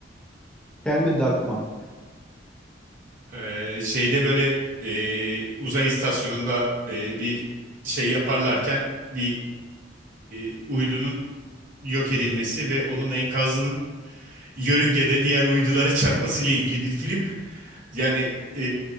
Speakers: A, in the centre; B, on the right (about 45°).
A: gelmedi de aklıma.
B: Ee, şeyde böyle e, uzay istasyonunda e, bir şey yaparlarken bir e, uydunun yok edilmesi ve onun enkazının yörüngede diğer uydulara çarpmasıyla ilgili bir film. Yani e,